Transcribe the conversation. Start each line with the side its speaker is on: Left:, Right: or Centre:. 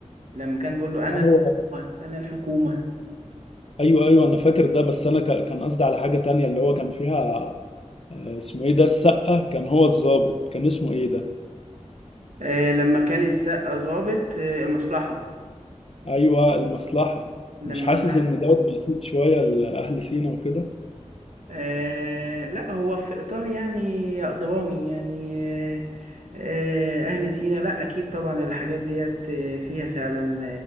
Right: لما كان بيقول له انا
Left: آه هو
Right: الحكومة انا الحكومة
Left: أيوه أيوه أنا فاكر ده بس أنا ك- كان قصدي على حاجة تانية اللي هو كان فيها آه، اسمه إيه ده السقة كان هو الضابط كان اسمه إيه ده؟
Right: آه، لما كان السقا ظابط آه، المصلحة
Left: أيوه المصلحة
Right: لما
Left: مش حاسس
Right: كان مع
Left: إن ده بيسيء شوية لأهل سينا وكده؟
Right: آه لا هو في إطار يعني درامي يعني آه آه، أهل سينا لا أكيد طبعا الحاجات ديت آه، فيها فعلا